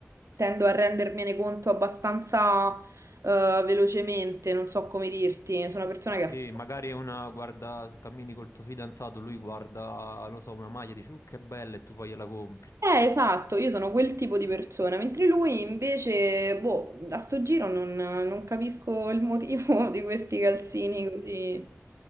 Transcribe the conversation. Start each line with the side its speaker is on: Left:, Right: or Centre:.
Right: tendo a rendermene conto abbastanza eh, velocemente, non so come dirti, sono una persona
Left: Sì,
Right: che ascolta.
Left: magari una guarda, cammini col tuo fidanzato, lui guarda, non lo so, una maglia, dici, uh, che bella, e tu poi gliela compri.
Right: Eh, esatto, io sono quel tipo di persona, mentre lui invece, boh, a sto giro non, non capisco il motivo <laughs> di questi calzini così.